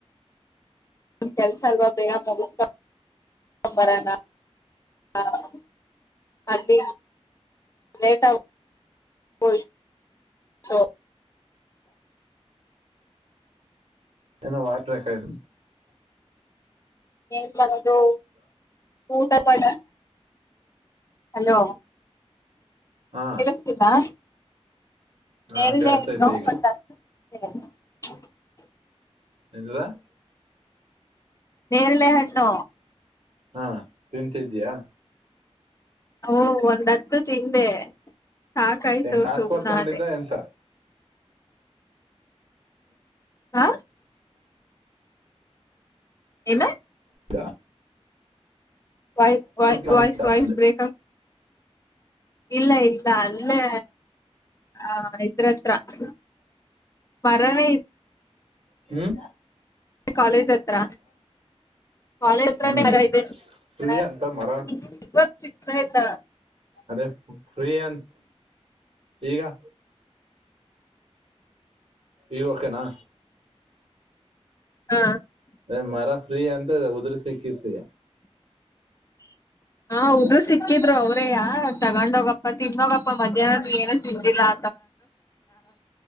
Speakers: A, on the left; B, on the right.
A: ನನ್ನ್ ಕೆಲ್ಸ ಎಲ್ಲಾ ಬೇಗಾ ಮುಗುಸ್ಕೊ <unintelligible> ಅಲ್ಲಿ ಲೇಟ ಆಗಿ ಹೋಯ್ತು.
B: <unintelligible>
A: ಏನ್ ಮಾಡೋದು ಊಟ ಪಡ. ಹಲೋ
B: ಹಾ
A: ಕೆೇಳಸ್ತಿಲ್ಲಾ <unintelligible>
B: ಹಾ ಕೇಳಸ್ತೈತೆ ಈಗ <unintelligible>
A: ನೇರಳೆ ಹಣ್ಣು.
B: ಹಾ ತಿಂತಿದ್ದೀಯಾ.
A: ಓ ಒಂದ್ ಹತ್ತು ತಿಂದೆ ಸಾಕಾಯ್ತು
B: ಏನ್ ಕಾಸ್
A: ಸುಮ್ನ
B: ಕೊಡ್ ತಗೊಂಡಿದ್ದ
A: ಆದೇ.
B: ಎಂತ
A: ಆ ಏನಾ
B: ಡಾ
A: ವೈ ವೈ
B: ತಗೊಂಡಿದ್ದ
A: ವಾಯ್ಸ್ ವಾಯ್ಸ್
B: ಅಂದೆ
A: ಬ್ರೇಕ್ ಆ ಇಲ್ಲ ಇಲ್ಲ ಅಲ್ಲೇ ಆ ಇದ್ರತ್ರ. <unintelligible>
B: ಹ್ಮು
A: ಕಾಲೇಜ್ ಹತ್ರ. ಕಾಲೇಜ
B: ಹ್ಮ್
A: <unintelligible>
B: ಫ್ರೀ ಅಂತ ಮರ
A: ಸಿಗ್ತಾ ಇಲ್ಲ.
B: ಅದೇ ಫ್ರೀಯಂತ ಈಗಾ. ಈಗ್ ಓಕೆನಾ.
A: ಆ
B: ಎ ಮರ ಫ್ರೀ ಅಂದೆ ಉದರಿ ಸಿಕ್ಕೆತ್ತಿ.
A: ಆ ಉದ್ರಿ ಸಿಕ್ಕಿದ್ರು ಅವ್ರೇಯ ತಗೊಂಡೋಗ ಮತ್ತ್ ತಿನ್ನೋಗಪ್ಪ ಮಧ್ಯಾಹ್ನ ಏನು ತಿಂದ್ದಿಲ್ಲಾ